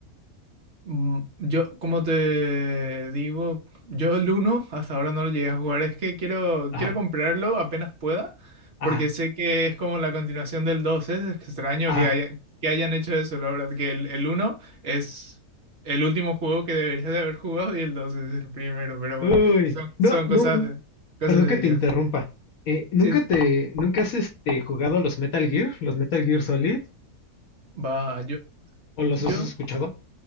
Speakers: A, on the right; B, on the left.
A: Mm, Yo, como te digo, yo el uno hasta ahora no lo llegué a jugar. Es que quiero,
B: Ajá,
A: quiero comprarlo apenas pueda,
B: ajá,
A: porque sé que es como la continuación del 2. Es extraño
B: ajá.
A: que haya, que hayan hecho eso, la verdad, que el, el uno es el último juego que deberías de haber jugado y el 2 es el primero, pero
B: Uy.
A: bueno, son,
B: No,
A: son
B: no,
A: cosas
B: n-
A: de, cosas
B: perdón
A: de
B: que te
A: ellos.
B: interrumpa. Eh, ¿nunca
A: Sí, sí.
B: te, nunca has este, jugado a los Metal Gear, los Metal Gear Solid?
A: Va, yo,
B: ¿O los
A: yo,
B: has escuchado?